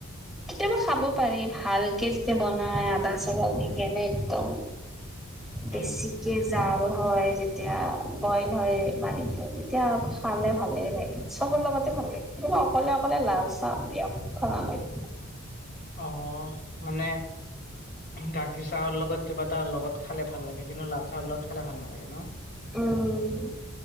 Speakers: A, in the centre; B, on the left (about 50°).
A: কেতিয়াবা চাব পাৰি
B: অ
A: ভালকে যে বনাই আদা চালা দি কেনে একদম বেছিকে
B: উম
A: জাল হয় যেতিয়া বইল হয় পানীটো তেতিয়া খালে ভালেই লাগে। চবৰ লগতে ভাল লাগে কিন্তু অকলে অকলে লাল চাহ বিয়াত ভাল নালাগে।
B: অঁ মানে গাখীৰ চাহৰ লগত কিবা এটা লগত খালে ভাল লাগে কিন্তু লাল চাহৰ লগত খালে ভাল নালাগে ন?
A: উম